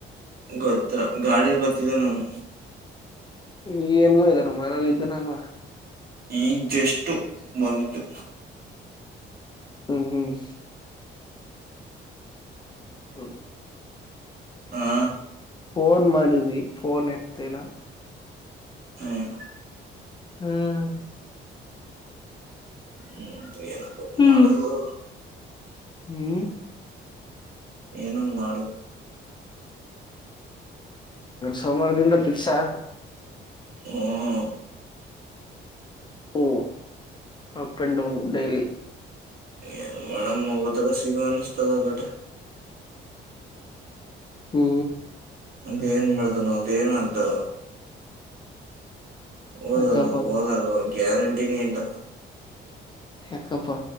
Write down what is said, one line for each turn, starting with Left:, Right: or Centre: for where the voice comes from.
Right: ಗೊತ್ರ ಗಾಡಿ ಬರ್ತಿದ್ದವ ನಾವು.
Left: ಈ ಎಲ್ಗೋ ಇದ್ದಾನ ಮನೇಲ್ಲ ಇದ್ದನಮ್ಮ.
Right: ಈಜಷ್ಟು ಬಂದಿದ್ದು.
Left: ಹ್ಮ್ ಹ್ಮ್. ಹ.
Right: ಹಾ
Left: ಫೋನ್ ಮಾಡಿದ್ವಿ ಫೋನ್ ಇತ್ತತಿಲ್ಲ
Right: ಹ್ಮ್
Left: ಹ್ಮ್
Right: ಹ್ಮ್ ಏನಪ್ಪ
Left: ಹ್ಮ್
Right: ಮಾಡದು?
Left: ಹ್ಮ್.
Right: ಏನಂಗ್ ಮಾಡು.
Left: ಸೋಮವಾರದಿಂದ ಫಿಕ್ಸಾ?
Right: ಓ.
Left: ಹಓ. Up and down daily.
Right: ಏನ್ ಮಾಡಮು ಮುವತ್ತದ ಸಿಗ ಅನಸ್ತದ ಬಟ್.
Left: ಹೂ.
Right: ಅದ ಏನ್ ಮಾಡ್ದನೋ ಅದೇನಾತೋ. ಹೋದನೋ
Left: ಯಾಕಪ್ಪ
Right: ಹೋಗಲ್ವೋ ಗ್ಯಾರಂಟಿನೇ ಇಲ್ಲ.
Left: ಯಾಕ್ಕಪ್ಪ?